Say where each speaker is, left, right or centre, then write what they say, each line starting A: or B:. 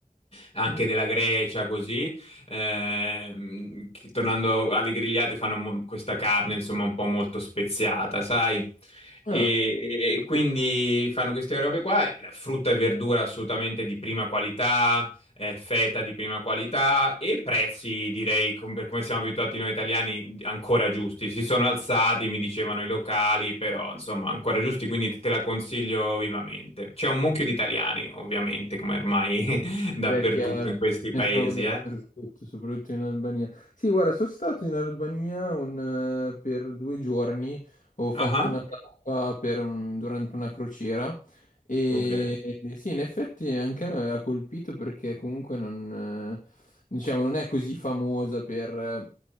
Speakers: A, on the left (about 45°); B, on the left (about 65°).
A: anche
B: Mhm.
A: della Grecia, così. Ehm, che, tornando alle grigliate, fanno mo- questa carne, insomma, un po' molto speziata, sai?
B: Ah,
A: E, e
B: sapevo.
A: quindi fanno queste robe qua, frutta e verdura assolutamente di prima qualità, eh, feta di prima qualità e prezzi, direi, com- per come siamo abituati noi italiani, ancora giusti. Si sono alzati, mi dicevano i locali, però insomma, ancora giusti, quindi te la consiglio vivamente. C'è un mucchio di italiani, ovviamente, come ormai <laughs> dappertutto
B: Beh, è chiaro,
A: in questi
B: noi
A: paesi,
B: siamo dappertutto,
A: eh.
B: soprattutto in Albania. Sì, guarda, sono stato in Albania un, eh, per due giorni, ho fatto
A: Ah,
B: una tappa per un- durante una crociera e
A: ok.
B: e sì, in effetti anche a me ha colpito perché comunque non, eh, diciamo, non è così famosa per eh,